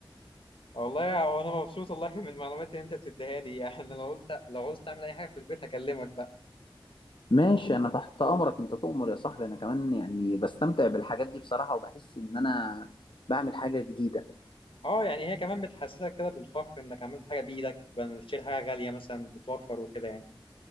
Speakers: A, on the left; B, on the left.
A: والله هو انا مبسوط والله <laughs> من المعلومات اللي انت بتديها لي <laughs> يعني لو قلت لو عاوز تعمل اي حاجه في البيت هكلمك بقى
B: ماشي انا تحت امرك انت تؤمر يا صاحبي انا كمان يعني بستمتع بالحاجات دي بصراحة وبحس ان انا بعمل حاجة جديدة
A: اه يعني هي كمان بتحسسك كده بالفخر انك عملت حاجه بايدك بدل ما تشتري حاجه غاليه مثلا بتوفر وكده يعني